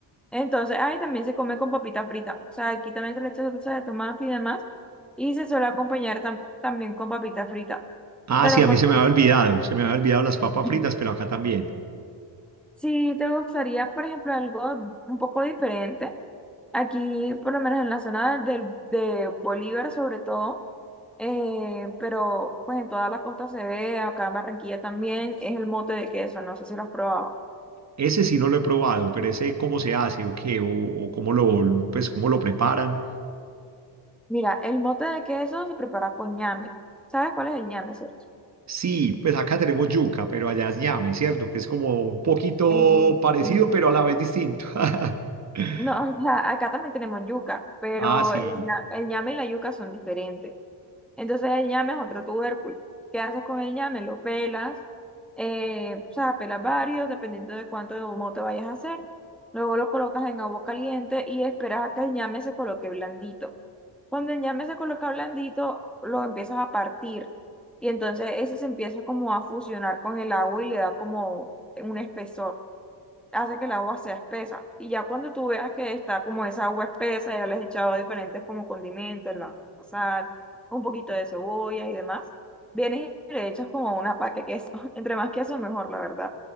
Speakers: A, in the centre; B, on the right.
A: Entonces, ahí también se come con papita frita. O sea, aquí también se le echa salsa de tomate y demás. Y se suele acompañar tam- también con papita frita.
B: Ah,
A: Pero
B: sí, a
A: por-
B: mí se me había olvidado, se me había olvidado las papas
A: <clears throat>
B: fritas, pero acá también.
A: si te gustaría, por ejemplo, algo un poco diferente, aquí por lo menos en la zona del, de Bolívar sobre todo. eh, pero pues en toda la costa se ve, acá en Barranquilla también, es el mote de queso, no sé si lo has probado.
B: Ese sí no lo he probado, pero ese cómo se hace o qué, o, o cómo lo, pues, cómo lo preparan.
A: Mira, el mote de queso se prepara con ñame. ¿Sabes cuál es el ñame, cierto?
B: Sí, pues acá tenemos yuca, pero allá es ñame, ¿cierto? Que es como un poquito
A: El-
B: parecido,
A: mm,
B: pero a la vez distinto. <laughs>
A: <laughs> no, o sea, acá también tenemos yuca, pero
B: Ah, sí,
A: el, ña- el ñame y la yuca son diferentes. Entonces el ñame es otro tubérculo. ¿Qué haces con el ñame? Lo pelas, eh, o sea, pelas varios, dependiendo de cuánto de humo te vayas a hacer. Luego lo colocas en agua caliente y esperas a que el ñame se coloque blandito. Cuando el ñame se coloca blandito, lo empiezas a partir y entonces ese se empieza como a fusionar con el agua y le da como un espesor hace que el agua sea espesa. Y ya cuando tú veas que está como esa agua espesa, ya le has echado diferentes como condimentos, la sal, un poquito de cebolla y demás, vienes y le echas como una paca de queso. <laughs> Entre más queso, mejor, la verdad.